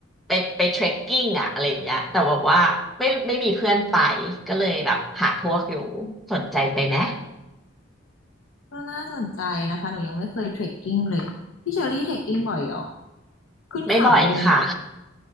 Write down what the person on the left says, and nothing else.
ก็น่าสนใจนะคะหนูยังไม่เคยเทรคกิ้งเลย พี่เชอรี่เทรคกิ้งบ่อยเหรอขึ้นเขาอะไรอย่างเงี้ย